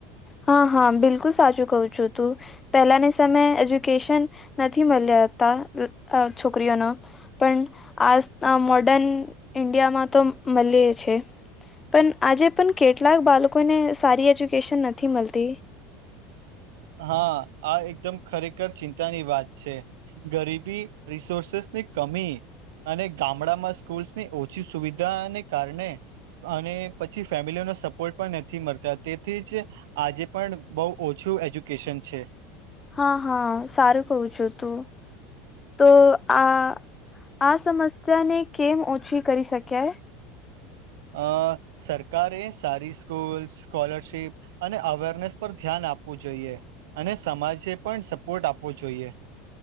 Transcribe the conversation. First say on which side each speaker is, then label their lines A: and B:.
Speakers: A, on the left; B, on the right.
A: હા હા બિલકુલ સાચું કવું છું તું. પેલાની સમયે એજ્યુકેશન નથી મળ્યાતા અ છોકરીઓનો પણ આજ તા મોર્ડન ઈન્ડિયામાં તો મલીયે છે. પણ આજે પણ કેટલાક બાળકોને સારી એજ્યુકેશન નથી મળતી
B: હા આ એકદમ ખરેખર ચિંતાની વાત છે. ગરીબી રિસોર્સેસ ની કમી અને ગામડામાં સ્કૂલ્સની ઓછી સુવિધાને અને કારણે અને પછી ફેમિલીઓનો સપોર્ટ પણ નથી મળતા તેથી જ. આજે પણ બહુ ઓછું એજ્યુકેશન છે.
A: હા હા સારું કઉ છું તું. તો આ આ સમસ્યાને કેમ ઓછી કરી શક્યાય
B: અ સરકારે સારી સ્કૂલ સ્કોલરશિપ અને અવેરનેસ પર ધ્યાન આપવું જોઈએ અને સમાજે પણ સપોર્ટ આપવો જોઈએ.